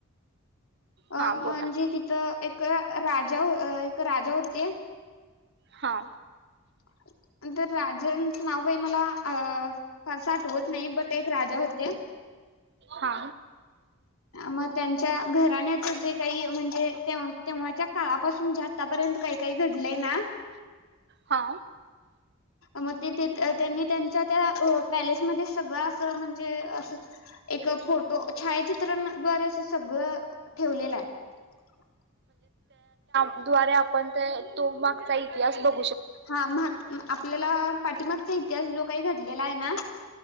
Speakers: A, on the right; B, on the left.
A: हा
B: अ म्हणजे
A: बोला
B: तिथं एक क राजा एक राजा होते.
A: हा
B: <inaudible> तर राजांच नाव काही मला फारसं आठवत नाही बट एक राजा होते
A: हा
B: मग त्यांच्या घराण्याच जे काही म्हणजे ते तेव्हाच्या काळापासून जे आतापर्यंत काही काही घडलंय ना <inaudible>
A: हा
B: मग ते तीत त्यांनी त्यांच्या त्या रो पॅलेसमध्ये सगळं असं म्हणजे असं एक फोटो छायाचित्रांद्वारे असं सगळं ठेवलेलं आहे.
A: द्वारे आपण त-तो मागचा इतिहास बघ
B: हा मग आ आपल्याला पाठीमागचा इतिहास जो काही घडलेला आहे ना.